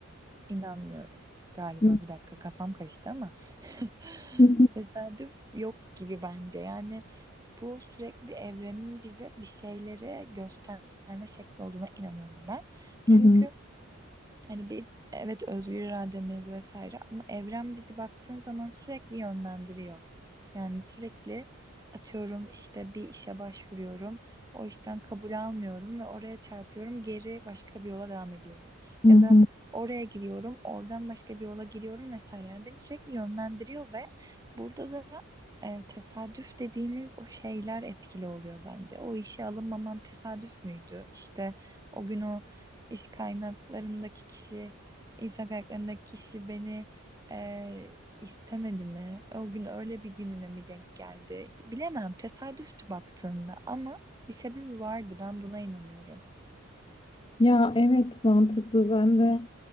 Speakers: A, on the right; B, on the left.
A: inanmıyorum galiba.
B: Hı
A: Bir dakika kafam karıştı ama <laughs>
B: hı
A: tesadüf yok gibi bence. Yani Bu sürekli evrenin bize bir şeyleri gösterme şekli olduğuna inanıyorum ben. Çünkü
B: hı hı.
A: Hani biz evet özgür irademiz vesaire ama evren bizi baktığın zaman sürekli yönlendiriyor. Yani sürekli atıyorum işte bir işe başvuruyorum. O işten kabul almıyorum ve oraya çarpıyorum. Geri başka bir yola devam ediyorum.
B: Hı
A: Ya
B: hı.
A: da oraya giriyorum, oradan başka bir yola giriyorum vesaire. Yani beni sürekli yönlendiriyor ve burada da e, tesadüf dediğimiz o şeyler etkili oluyor bence. O işe alınmamam tesadüf müydü? İşte o gün o iş kaynaklarındaki kişi, insan kaynaklarındaki kişi beni eee, istemedi mi? O gün öyle bir gününe mi denk geldi? Bilemem. Tesadüftü baktığında ama bir sebebi vardı. Ben buna inanıyorum.
B: Ya evet mantıklı. Ben de